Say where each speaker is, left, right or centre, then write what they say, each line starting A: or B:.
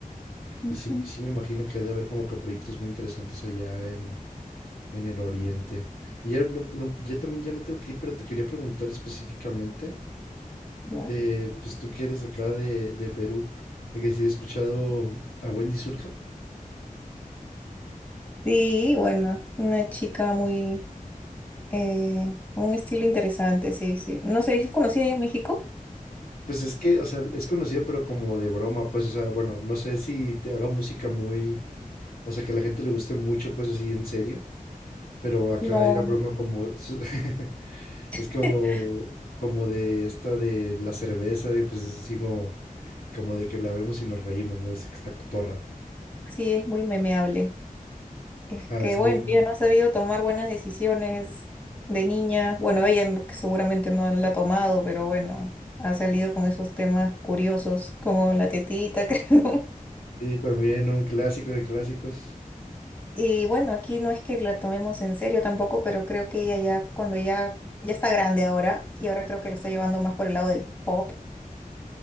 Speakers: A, on the left; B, on the left.
A: <laughs> Ujú,
B: y sí, y sí me imagino que ha de haber como que proyectos muy interesantes allá en, en el oriente. Y ya, no- no, ya también ya me tengo que ir, pero te quería preguntar específicamente
A: ya.
B: de, pues tú que eres acá de, de Perú, de que si he escuchado a Wendy Zulka.
A: Sí, bueno, es una chica muy, eh, un estilo interesante, sí, sí. No sé, ¿es conocida allá en México?
B: Pues es que, o sea, es conocida pero como de broma, pues, o sea, bueno, no sé si te haga música muy O sea, que a la gente le guste mucho, pues así en serio. Pero acá
A: No,
B: era
A: no.
B: broma como... su- <laughs> es
A: <laughs>
B: como, como de esta de la cerveza, de, pues es así como, como de que la vemos y nos reímos, ¿no? Es esta cotorra.
A: sí, es muy memeable. Es
B: Ajá,
A: que,
B: es
A: bueno,
B: muy...
A: ella no ha sabido tomar buenas decisiones de niña. Bueno, ella no- que seguramente no la ha tomado, pero bueno, ha salido con esos temas curiosos como la tetita, <laughs> creo.
B: Sí, también un clásico de clásicos.
A: Y bueno, aquí no es que la tomemos en serio tampoco, pero creo que ella ya, cuando ya, ya está grande ahora, y ahora creo que lo está llevando más por el lado del pop.